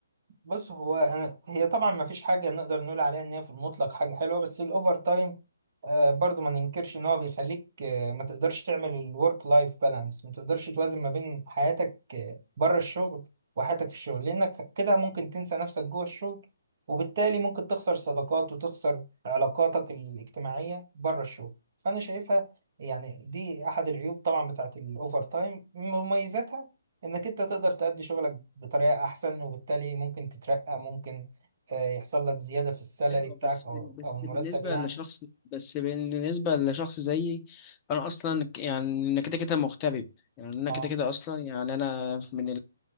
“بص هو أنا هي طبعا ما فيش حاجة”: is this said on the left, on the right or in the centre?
Right